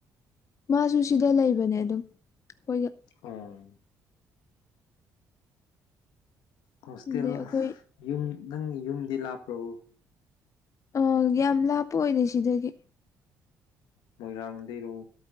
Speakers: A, on the left; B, on the left.
A: ꯃꯥꯁꯨ ꯁꯤꯗ ꯂꯩꯕꯅꯦ ꯑꯗꯨꯝ ꯑꯩꯈꯣꯏꯒ
B: ꯑꯣꯝ ꯍꯣꯁꯇꯦꯜ
A: ꯑꯗꯩ ꯑꯩꯈꯣꯏ
B: ꯌꯨꯝ ꯅꯪ ꯌꯨꯝꯗꯤ ꯂꯥꯞꯄ꯭ꯔꯎ
A: ꯑ ꯌꯥꯝ ꯂꯥꯞꯄ ꯑꯣꯏꯔꯦ ꯁꯤꯗꯒꯤ
B: ꯃꯣꯏꯔꯥꯡꯗꯒꯤꯔꯎ